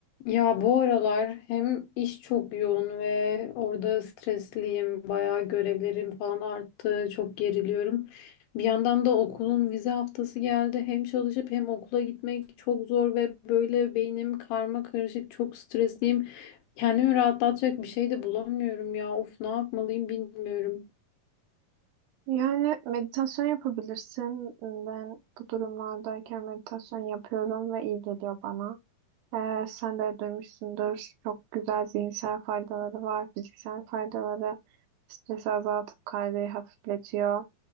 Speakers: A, on the left; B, on the right.
A: Ya bu aralar hem iş çok yoğun ve orada stresliyim. Bayağı görevlerim falan arttı. Çok geriliyorum. Bir yandan da okulun vize haftası geldi. Hem çalışıp hem okula gitmek çok zor ve böyle beynim karma karışık. Çok stresliyim. Kendimi rahatlatacak bir şey de bulamıyorum ya. Of ne yapmalıyım bilmiyorum.
B: Yani meditasyon yapabilirsin. Ben bu durumlardayken meditasyon yapıyorum ve iyi geliyor bana. Ee, sen de duymuşsundur. Çok güzel zihinsel faydaları var, fiziksel faydaları. Stresi azaltıp kaygıyı hafifletiyor.